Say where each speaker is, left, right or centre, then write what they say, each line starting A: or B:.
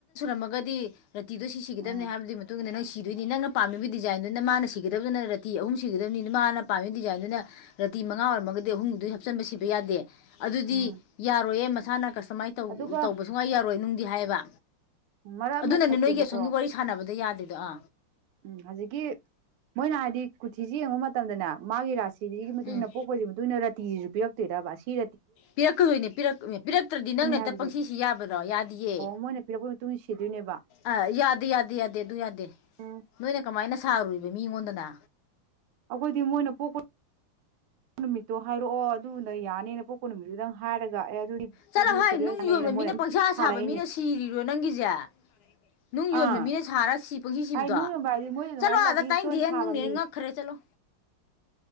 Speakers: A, on the left (about 80°); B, on the right (about 85°).
A: ꯑꯃꯗꯤ ꯔꯥꯇꯤꯗꯣ ꯁꯤꯒꯗꯕꯅꯤ
B: ꯎꯝ
A: ꯍꯥꯏꯕꯒꯤ ꯃꯇꯨꯡ ꯏꯟꯅ ꯅꯪ ꯁꯤ ꯁꯤꯗꯣꯏꯅꯤ ꯅꯪꯅ ꯄꯥꯝꯃꯤꯕ ꯗꯤꯖꯥꯏꯟꯗꯨꯅ ꯃꯥꯅ ꯁꯤꯒꯗꯕꯗꯨꯅ ꯔꯥꯇꯤ ꯑꯍꯨꯝ ꯁꯤꯒꯗꯕꯅꯤ ꯃꯥꯅ ꯄꯥꯝꯃꯤꯕ ꯗꯤꯖꯥꯏꯟꯗꯨꯅ ꯔꯥꯇꯤ ꯃꯉꯥ ꯑꯣꯏꯔꯝꯃꯒꯗꯤ ꯑꯍꯨꯝꯗꯨꯗꯨꯗꯤ ꯍꯥꯞꯆꯤꯟꯕ ꯁꯤꯕ ꯌꯥꯗꯦ ꯑꯗꯨꯗꯤ
B: ꯎꯝ
A: ꯌꯥꯔꯣꯏꯌꯦ ꯊꯂ ꯀꯁꯇꯃꯥꯏꯁꯧ
B: ꯑꯗꯨꯒ
A: ꯇꯧꯕ ꯁꯨꯡꯉꯥꯏ ꯌꯥꯔꯣꯏ ꯅꯨꯡꯗꯤ ꯍꯥꯏꯌꯦꯕ
B: ꯃꯔꯛ
A: ꯑꯗꯨꯅꯅꯦ
B: ꯑꯃ ꯊꯠꯀꯦꯕꯀꯣ
A: ꯅꯣꯏꯒꯤ ꯑꯁꯣꯝꯒꯤ ꯋꯥꯔꯤ ꯁꯥꯟꯅꯕꯗ ꯌꯥꯗ꯭ꯦ ꯀꯨꯗ
B: ꯎꯝ ꯍꯧꯖꯤꯛꯀꯤ ꯃꯣꯏꯅ ꯍꯥꯏꯗꯤ ꯀꯨꯊꯤꯁꯤ ꯌꯦꯡꯕ ꯃꯇꯝꯗꯅꯦ ꯃꯥꯒꯤ ꯔꯥꯁꯤ ꯁꯤꯒꯤ ꯃꯇꯨꯡ
A: ꯎꯝ
B: ꯏꯟꯅ ꯄꯣꯛꯄꯁꯤꯒꯤ ꯃꯇꯨꯡ ꯏꯟꯅ ꯔꯥꯇꯤꯁꯤꯁꯨ ꯎꯤꯔꯛꯇꯤꯔꯔꯕ ꯁꯤ
A: ꯄꯤꯔꯛꯀꯗꯣꯏꯅꯦ ꯄꯤꯔꯛ ꯄꯤꯔꯛꯇ꯭ꯔꯗꯤ ꯅꯪꯅ ꯍꯦꯛꯇ
B: ꯍꯥꯏꯕꯁꯦ
A: ꯄꯪꯁꯤꯁꯤ ꯌꯥꯕ꯭ꯔꯣ ꯌꯥꯗꯤꯌꯦ
B: ꯑꯣ ꯃꯣꯏꯅ ꯄꯤꯔꯛꯄꯒꯤ ꯃꯇꯨꯡ ꯏꯟꯅ ꯁꯤꯗꯣꯏꯅꯦꯕ
A: ꯑ ꯌꯥꯗꯦ ꯌꯥꯗꯦ ꯌꯥꯗꯦ ꯑꯗꯨ ꯌꯥꯗꯦ
B: ꯎꯝ
A: ꯅꯣꯏꯅ ꯀꯃꯥꯏꯅ ꯁꯥꯔꯨꯏꯅꯣ ꯃꯤꯉꯣꯟꯗꯅ
B: ꯑꯩꯈꯣꯏꯗꯤ ꯃꯣꯏꯅ ꯄꯣꯛꯄ ꯅꯨꯃꯤꯠꯇꯣ ꯍꯥꯏꯔꯛꯑꯣ ꯑꯗꯨꯅ ꯌꯥꯅꯤꯅ ꯄꯣꯛꯄ ꯅꯨꯃꯤꯠꯇꯨꯗꯪ ꯍꯥꯏꯔꯒ ꯑꯦ ꯑꯗꯨꯗꯤ
A: ꯆꯂꯚꯥꯏ
B: ꯁꯤꯂꯨ ꯁꯦꯔꯦꯜꯅ
A: ꯅꯨꯡ ꯌꯣꯟꯕ
B: ꯃꯣꯏꯅ
A: ꯃꯤꯅ ꯄꯪꯁꯥ
B: ꯊꯥꯔꯛꯏꯅꯦ
A: ꯁꯥꯕ ꯃꯤꯅ ꯁꯤꯔꯤꯔꯣ ꯅꯪꯒꯤꯁꯦ ꯅꯨꯡ ꯌꯣꯟꯕ
B: ꯑꯥ
A: ꯃꯤꯅ ꯁꯥꯔ ꯁꯤ ꯄꯪꯁꯤ ꯁꯤꯕꯗꯣ
B: ꯍꯥꯏ ꯅꯨꯡ ꯌꯣꯟꯕ ꯍꯥꯏꯗꯤ ꯃꯣꯏꯗꯤ ꯑꯗꯨꯃꯥꯏꯅ
A: ꯆꯠꯂꯣ
B: ꯂꯛꯀꯤ
A: ꯑꯥꯗ ꯇꯥꯏꯟꯗꯦ
B: ꯏꯁꯇꯣꯟ
A: ꯍꯦ
B: ꯁꯥꯕ
A: ꯅꯨꯡꯅꯦ
B: ꯃꯤ
A: ꯉꯛꯈ꯭ꯔꯦ ꯆꯠꯂꯣ